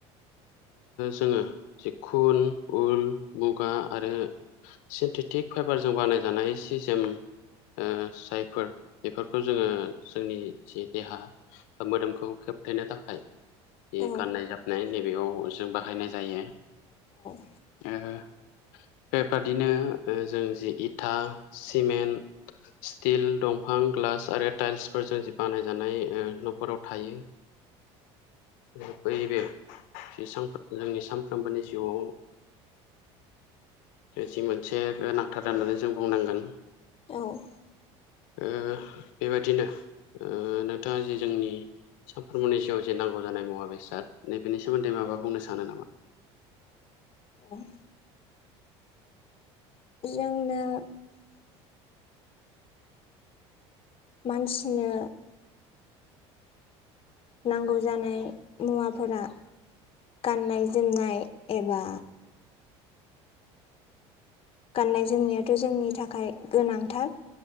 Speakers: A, on the left; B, on the left.
A: जोङो खुन उल मुगा आरो। फटिक फाइबारजों बानायजानाय सि जेम ओ जायफोर बेफोरखौ जोङो जोंनि जि देहा बा मोदोमखौे होबथायनो थाखाय बे
B: औ
A: गाननाय जाबनाय नैबेयाव जों बाहायनाय जायो
B: औ
A: ओ बेबादिनो जों जि इथा सिमेन्ट स्टिल दंफां ग्लास आरो टाइल्सफोरजों जि बानायजानाय न'खराव थायो <inaudible> बैबे जोंनि सानफ्रोमबोनि जिउआव जि मोनसे गोनांथार होननानै जों बुंनांगोन
B: औ
A: <unintelligible> ओ बेबादिनो नोंथाङा जि जोंनि सानफ्रोमबोनि जिउआव जे नांगौ जानाय मुवा बेसाद नैबेनि सोमोन्दै माबा बुंनो सानो नामा <inaudible>
B: औ <inaudible> जोंनो <inaudible> मानसिनो नांगौ जानाय मुवाफोरा गाननाय जोमनाय एबा गाननाय जोमनायाथ' जोंनि थाखाय गोनांथार